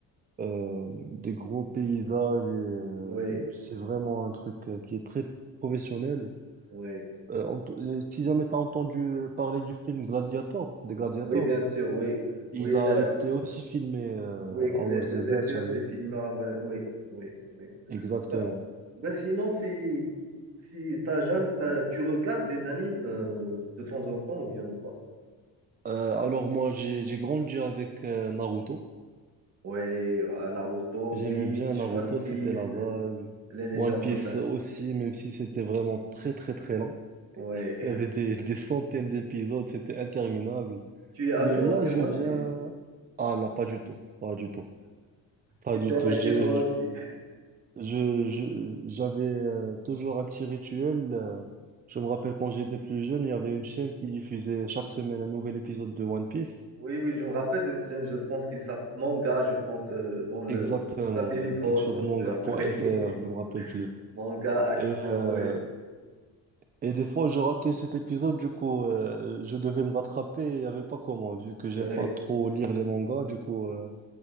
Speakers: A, on the right; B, on the right.
A: euh, des gros paysages et euh,
B: oui,
A: c'est vraiment un truc euh, qui est très professionnel.
B: oui.
A: Euh, ent- euh, si jamais t'as entendu parler du film Gladiator, des Gladiators,
B: Oui, bien sûr, oui.
A: il
B: Oui,
A: a
B: la,
A: été aussi filmé euh,
B: oui,
A: à
B: la,
A: Ouarzazate,
B: des films,
A: j'avais-
B: oui, oui, oui.
A: exactement.
B: Bah, bah sinon, si, si t'as jamais, t'as- tu regardes des animes euh, de temps en temps ou bien ou pas?
A: Euh, alors moi, j'ai j'ai grandi avec euh, Naruto.
B: Ouais, voilà, Naruto,
A: J'aimais
B: Bleach,
A: bien Naruto,
B: One
A: c'était
B: Piece,
A: la base.
B: les légendes
A: One Piece
B: des animes.
A: aussi, même si c'était vraiment très très très lent.
B: Ouais.
A: Il y avait des, des centaines d'épisodes, c'était interminable.
B: Tu es à
A: Mais
B: jour
A: là,
B: sur
A: je
B: One
A: viens...
B: Piece?
A: Ah là, pas du tout, pas du tout, pas
B: Tu
A: du
B: t'es arrêté
A: tout. Je,
B: toi aussi.
A: je, je- j'avais euh, toujours un petit rituel. euh, Je me rappelle quand j'étais plus jeune, il y avait une chaîne qui diffusait chaque semaine un nouvel épisode de One Piece.
B: Oui, oui, je me rappelle cette scène, je pense qu'il s'appelle manga, je pense, euh, dans le
A: Exactement,
B: satellite
A: euh,
B: Hot-
A: quelque chose
B: Hotbird,
A: manga
B: oui.
A: point manga.fr,
B: <laughs>
A: je me rappelle plus.
B: Manga action,
A: Et, euh,
B: oui.
A: et des fois, je ratais cet épisode, du coup, euh, je devais me rattraper, il n'y avait pas comment, vu que j'aime
B: oui.
A: pas trop lire les mangas, du coup... euh,